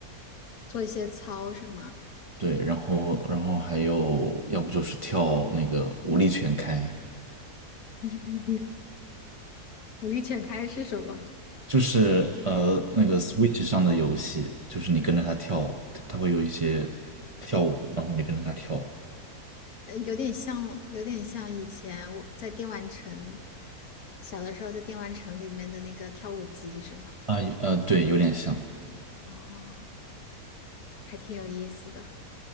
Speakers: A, on the left; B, on the right.
A: 做一些操是吗？
B: 对，然后然后还有要不就是跳那个舞力全开，
A: <laughs> 努力全开是什么？
B: 就是呃那个 Switch 上的游戏，就是你跟着它跳舞，它会有一些跳舞，然后你跟着它跳
A: 呃有点像，有点像以前我在电玩城，小的时候在电玩城里面的那个跳舞机是吗？
B: 啊，呃，对，有点像，
A: 哦，还挺有意思的，